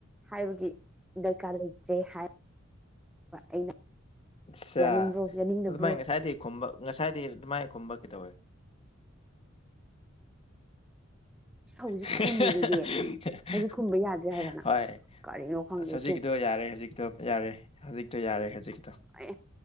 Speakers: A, in the centre; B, on the left.
A: ꯍꯥꯏꯕꯒꯤ ꯗꯔꯀꯥꯔ ꯂꯩꯇꯔꯦ ꯍꯥꯏ ꯑꯩꯅ
B: ꯑꯆꯥ
A: ꯌꯥꯅꯤꯡꯕ꯭ꯔꯣ ꯌꯥꯅꯤꯡꯗꯕ꯭ꯔꯣ
B: ꯑꯗꯨꯃꯥꯏ ꯉꯁꯥꯏꯗꯒꯤ ꯈꯨꯝꯕ ꯉꯁꯥꯏꯗꯒꯤ ꯑꯗꯨꯃꯥꯏꯅ ꯈꯨꯝꯕ ꯀꯩꯗꯧꯋꯦ
A: ꯍꯧꯖꯤꯛ
B: <unintelligible>
A: ꯈꯨꯝꯃꯤꯗꯨꯗꯤ ꯍꯧꯖꯤꯛ ꯈꯨꯝꯕ ꯌꯥꯗ꯭ꯔꯦ ꯍꯥꯏꯕꯅ
B: ꯍꯣꯏ
A: ꯀꯔꯤꯅꯣ ꯈꯪꯗꯦ
B: ꯑꯁ ꯍꯧꯖꯤꯛꯇꯣ
A: ꯁꯤ
B: ꯌꯥꯔꯦ ꯍꯧꯖꯤꯛꯇꯣ ꯌꯥꯔꯦ ꯍꯧꯖꯤꯛꯇꯣ ꯌꯥꯔꯦ ꯍꯧꯖꯤꯛꯇꯣ
A: ꯑꯦ